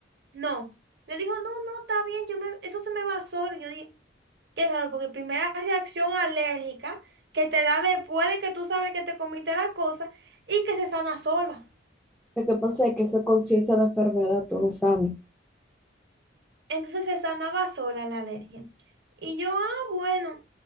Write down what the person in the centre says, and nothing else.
Lo que pasa es que eso es conciencia de enfermedad, tú lo sabes.